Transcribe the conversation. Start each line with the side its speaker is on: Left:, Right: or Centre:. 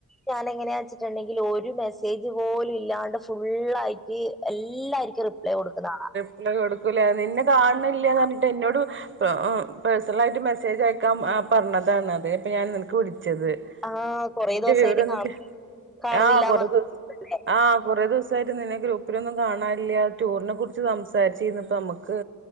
Centre: ഞാൻ എങ്ങനെയാ വെച്ചിട്ടുണ്ടെങ്കിൽ ഒരു മെസ്സേജ് പോലും ഇല്ലാണ്ട ഫുള്ളായിട്ട് എല്ലാരി റിപ്ലൈ കൊടുക്കുന്ന ആള
Right: ല്ല കൊടുക്കൂല നിന്നെ കാണ്ണില്ല ന്ന് പറഞ്ഞിട്ട് എന്നോട് പ ആ പേഴ്സണൽ ആയിട്ട് മെസ്സേജ് അയക്കാം ആ പർണതാണ് അതേ പ്പെ ഞാൻ ങ്ങൾക്ക് വിളിച്ചത്
Centre: ആഹ് കൊറേ
Right: നിന്റെ
Centre: ദിവസായിട്ട്
Right: വിവരെന്തൊക്കെ
Centre: കാണ കാണുന്നില്ലാന്ന്
Right: ആഹ് <unintelligible>
Centre: പറഞ്ഞിട്ട്
Right: ആഹ് കൊറേ ദിവസായിട്ട് നിന്നെ ഗ്രൂപ്പിലൊന്നും കാണാൻ ഇല്ല ടൂറിനെ കുറിച്ച് സംസാരിച്ചീന്നു പ്പ യമ്മക്ക്